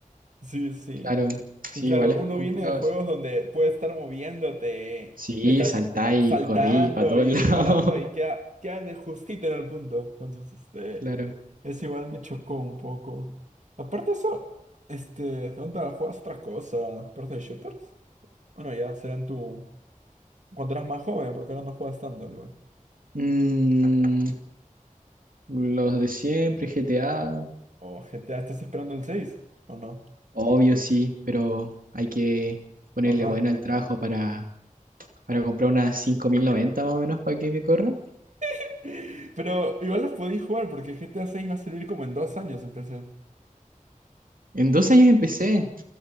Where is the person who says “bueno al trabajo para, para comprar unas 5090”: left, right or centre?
Right